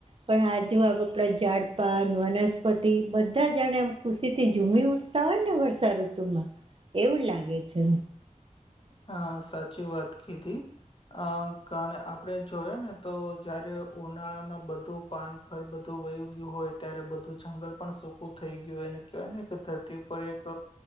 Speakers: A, on the right (about 45°); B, on the left (about 40°).
A: પણ આજુ આ આપડ ઝાડપાન, વનસ્પતિ બધા જણે ખુશી થી ઝૂમી ઉઠતા હોય ને વર્ષા ઋતુમાં એવું લાગે છે.
B: હા સાચી વાત કીધી. અ કાને આપડે જોઈએ ને તો જયારે ઉનાળામાં બધું પાનખર બધું વયુ ગ્યું હોય ત્યારે બધું જંગલ પણ સૂકું થઈ ગ્યું હોયને કહેવાય ને કે ધરતી પર એક